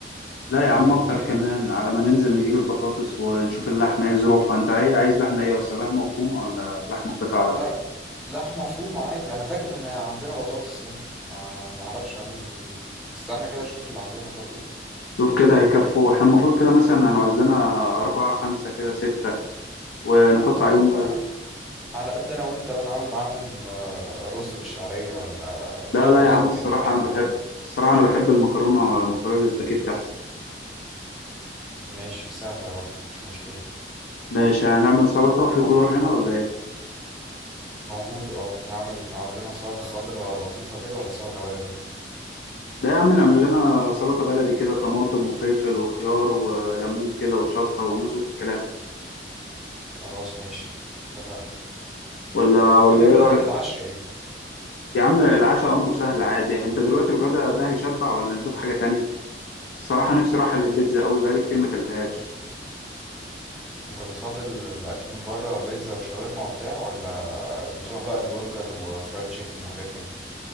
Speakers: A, on the left; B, in the centre.
A: لا يا عم
B: 40
A: اكتر
B: دقيقة
A: كمان على ما ننزل نجيب البطاطس ونشوف اللحمه ايه ظروفها انت ايه عايز لحمه ايه اصلا لحمه مفرومه ولا لحمه قطع ولا
B: لا
A: ايه
B: لحمة مفرومة عادي انا فاكر ان عندنا بطاطس هنا ما ما اعرفش هننزل نجيب استنى كده اشوف اللي عندنا طب ايه
A: شوف كده هيكفوا احنا المفروض كده مثلا هنعوز لنا أربعة خمسة كده ستة ونحط عليهم
B: اه
A: بقى اللحمة.
B: على قد انا وانت وانا عامل معاهم آه، رز بالشعرية ولا
A: لا لا
B: رز
A: يا عم
B: ابيض
A: الصراحة
B: عادي
A: أنا بحب
B: كده
A: الصراحة أنا بحب المكرونة المكرونة الاسباجيتي أحسن
B: ماشي سهلة برضه مش مشكلة
A: ماشي هنعمل سلطة في خضار هنا ولا ايه
B: موجود اه نعمل نعمل لنا سلطة خضراء لطيفة كده ولا سلطة بلدي
A: ده يا عم نعمل لنا سلطة بلدي كده طماطم وفلفل وخيار وليمون كده وشطة ونظبط الكلام
B: خلاص ماشي اتفقنا
A: ولا
B: المهم
A: ولا ايه
B: بقى
A: رأيك
B: هنتعشى ايه
A: يا عم العشاء أمره سهل عادي انت دلوقتي الغدا ده هيشبع ولا نشوف حاجة تانية الصراحة نفسي راحة للبيتزا قوي بقالي كتير ما اكلتهاش
B: انت بتفضل الاكل من بره بيتزا وشاورما وبتاع ولا بتروح بقى البرجر وفرايد تشيكن وحاجات كده